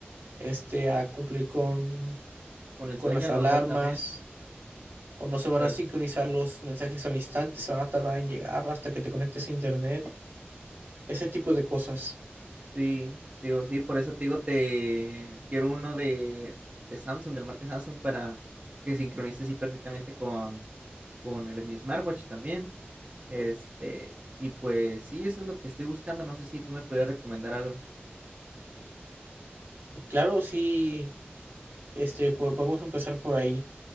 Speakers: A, on the right; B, on the right.
A: este, a cumplir con,
B: Con el
A: con
B: sueño
A: las
B: a
A: alarmas
B: lo mejor también.
A: o no se van
B: la-
A: a sincronizar los mensajes al instante, se van a tardar en llegar hasta que te conectes a internet, ese tipo de cosas.
B: Sí, digo, sí, por eso te digo, te quiero uno de, de Samsung, de la marca Samsung, para que sincronice así perfectamente con, con el, mi smartwatch también. Este, y pues sí, eso es lo que estoy buscando. No sé si tú me podrías recomendar algo.
A: Y claro, sí, este, po- podemos empezar por ahí.